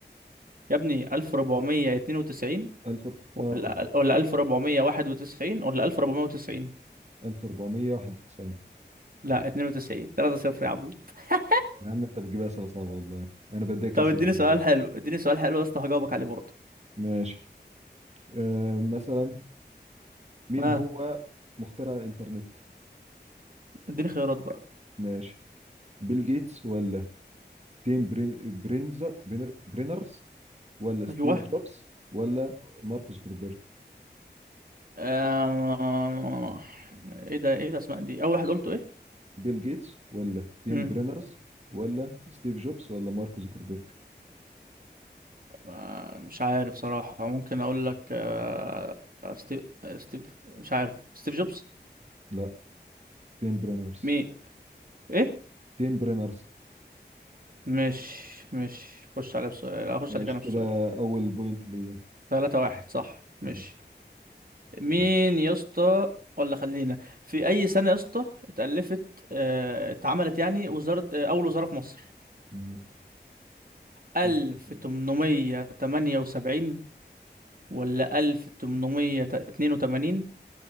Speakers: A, on the right; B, on the right.
A: يا ابني 1492
B: 1000
A: ولا
B: اه قلت
A: ولا 1491 ولا 1490
B: 1491
A: لا 92 3 0 يا عبيط <laughs>
B: يا عم انت بتجيبها اسئله صعبه والله انا بديك
A: طب
B: اسئله
A: اديني
B: احنا
A: سؤال
B: يعني.
A: حلو اديني سؤال حلو يا اسطى هجاوبك عليه برضه
B: ماشي آه، مثلا مين
A: ها
B: هو مخترع الإنترنت؟
A: اديني خيارات بقى
B: ماشي بيل جيتس ولا تيم برين برينزر برينر برينرز ولا ستيف
A: ايوه
B: جوبز ولا مارك زوكربيرج
A: آه... ايه ده ايه الاسماء دي اول واحد قلته ايه
B: بيل جيتس ولا تيم
A: مم.
B: برينرز ولا ستيف جوبز ولا مارك زوكربيرج
A: آه... مش عارف صراحة ممكن اقول لك آه... ستيف ستيف مش عارف ستيف جوبز
B: لا تيم برينرز
A: مين ايه
B: تيم برينرز
A: مش مش خش عليه بسؤال اخش
B: ماشي
A: عليك انا
B: كده
A: بسؤال
B: أول بوينت ليا
A: ثلاثة واحد صح مش
B: مم.
A: مين
B: ماشي
A: يا اسطى ولا خلينا في اي سنة يا اسطى اتألفت آه... اتعملت يعني وزارة آه... اول وزارة في مصر
B: مم.
A: ألف
B: أول الاختيارات.
A: تمنمية تمانية وسبعين ولا ألف تمنمية اتنين وتمانين